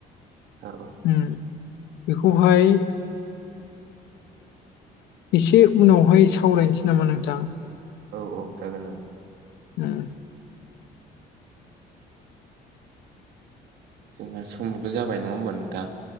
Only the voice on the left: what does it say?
उम बेखौहाय एसे उनावहाय सावरायनोसै नामा नोंथां
उम